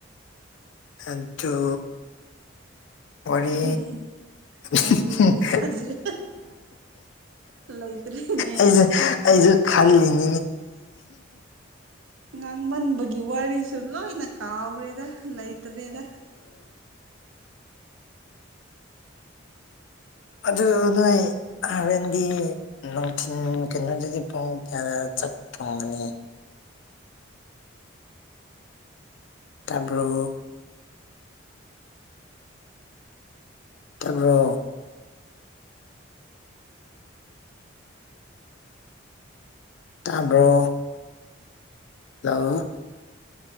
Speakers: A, on the left; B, on the right.
A: ꯑꯗꯣ ꯋꯥꯔꯤ
B: ꯀꯔꯤ
A: <unintelligible>
B: ꯋꯥꯔꯤ ꯀꯔꯤ ꯁꯥꯖꯤ ꯂꯩꯇ꯭ꯔꯦꯅꯦ
A: ꯑꯩꯁꯦ ꯑꯩꯁꯨ ꯈꯜꯂꯤꯅꯤ
B: ꯉꯥꯡꯃꯟꯕꯒꯤ ꯋꯥꯔꯤꯁꯨ ꯂꯣꯏꯅ ꯀꯥꯎꯈ꯭ꯔꯦꯗ ꯂꯩꯇꯔꯦꯗ
A: ꯑꯗꯨ ꯅꯣꯏ ꯍꯣꯔꯦꯟꯗꯤ ꯅꯨꯡꯊꯤꯟꯜ ꯀꯩꯅꯣꯗꯗꯤ ꯄꯨꯡ ꯀꯌꯥꯗ ꯆꯥꯛ ꯐꯪꯒꯅꯤ ꯇꯥꯔꯕ꯭ꯔꯣ ꯇꯕ꯭ꯔꯣ ꯇꯥꯕ꯭ꯔꯣ ꯍꯜꯂꯣ